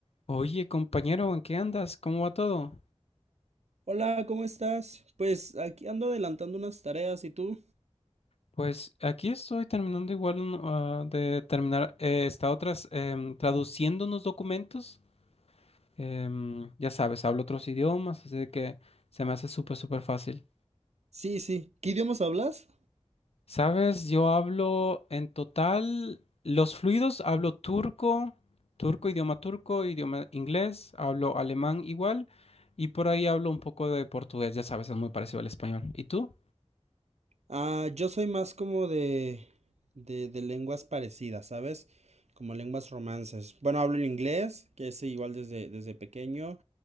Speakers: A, on the left; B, on the right.
A: Oye, compañero, ¿en qué andas? ¿Cómo va todo?
B: Hola, ¿cómo estás? Pues aquí ando adelantando unas tareas, ¿y tú?
A: Pues aquí estoy terminando igual un- ah, de terminar, eh, esta otras em, traduciendo unos documentos. Em, ya sabes, hablo otros idiomas, así de que se me hace súper, súper fácil.
B: Sí, sí. ¿Qué idiomas hablas?
A: Sabes, yo hablo en total, los fluidos, hablo turco, turco, idioma turco, idioma inglés, hablo alemán igual, y por ahí hablo un poco de portugués, ya sabes, es muy parecido al español. ¿Y tú?
B: Ah, yo soy más como de, de, de lenguas parecidas, ¿sabes? Como lenguas romances. Bueno, hablo el inglés, que es igual desde, desde pequeño.